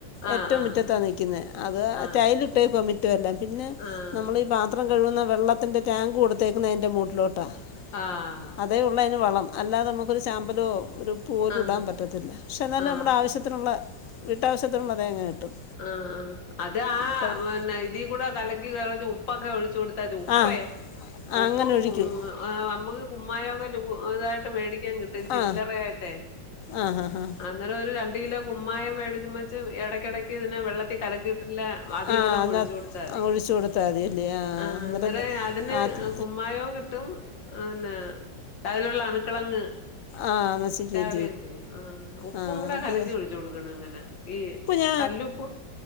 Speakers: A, on the left; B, on the left.
A: ആഹ്
B: ഏറ്റവും
A: ആഹ്
B: മുറ്റത്താ നൽക്കുന്നത് അത്
A: ആഹ്
B: ടൈലിട്ടേക്കുവാ മുറ്റം എല്ലാം പിന്നെ
A: ആഹ്
B: നമ്മൾ പാത്രം കഴുകുന്ന വെള്ളത്തിന്റെ ടാങ്ക് കൊടുത്തേക്കുന്നത് ആയിൻ്റെ മൂട്ടിലോട്ടാണ്
A: ആഹ്
B: അതേ ഉുള്ളതിന് വളം അല്ലാതെ നമുക്കൊരു ചാമ്പലോ ഒരു പൂ പോലും
A: ആഹ് ആഹ് ആഹ്
B: ഇടാൻ പറ്റത്തില്ല പക്ഷേ എന്നാൽ
A: ആഹ്
B: നമ്മുടെ ആവശ്യത്തി ത്തിനുള്ള വീട്ടാവശ്യത്തിനുള്ള തേങ്ങ കിട്ടും
A: ആഹ് ആഹ് അത് ആഹ്
B: കുഴ-
A: പിന്നെ ഇതി കൂടെ കലക്കി കലകി ഉപ്പൊക്കെ ഒഴിച്ചു കൊടുത്ത് ത് ഉപ്പേ
B: ആ ആ
A: ഉപ്പും
B: അങ്ങനെ ഒഴിക്കും
A: <unintelligible> ആഹ് മക്ക് കുമായമക്കെ ലൂ തായിട്ട് വേടിക്കാൻ കിട്ടും ട്ടും ചില്ലറ
B: ആ
A: ആയിട്ടെ
B: ആ ഹാ ഹാ
A: അന്നേരം ഒരു രണ്ട് കിലോ കുമ്മായം വേടിച്ചു മേച്ചു ഇടയ്ക്കിടക്ക് ഇതിനെ വെള്ളത്തി കലക്കിയിട്ടില്ല അതികൂടങ്
B: ആ അതിനക
A: ഒഴിച്ചു കൊടുത്താതി
B: ഒഴിച്ച് കൊടുത്താൽ മതിയല്ലേ ആ
A: ആഹ്
B: എന്നിട്ട്
A: അന്നേര
B: എന്ത്
A: അതിന്
B: ആ തി
A: കുമ്മായമായവും കി ട്ടും പിന്നെ അതിലുള്ള അണുക്കളങ്ങ്
B: ആ നശിക്കുകയും
A: ചാവ്യം ചെയ്യും ആഹ് ഉപ്പും
B: ആ
A: കൂടെ
B: അത്
A: കലകി ഒഴിച്ചു കൊടുക്കണം ങ്ങനെ ഈ
B: ഇ
A: കല്ലുപ്പ്